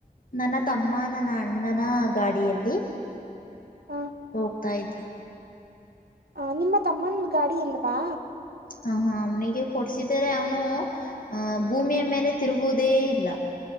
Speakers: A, on the left; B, on the right.
A: ನನ್ನ ತಮ್ಮಾ ನನ್ನ ಅಣ್ಣನ ಗಾಡಿಯಲ್ಲಿ
B: ಹ
A: ಹೋಗ್ತಾ ಇದ್ವಿ
B: ಆ ನಿಮ್ಮ ತಮ್ಮನ ಗಾಡಿ ಇಲ್ವಾ.
A: ಹಾ ಹಾ ಅವನಿಗೆ ಕೊಡ್ಸಿದಾರೆ ಅವನು ಆ ಭೂಮಿಯ ಮೇಲೆ ತಿರುಗುವುದೇ ಇಲ್ಲಾ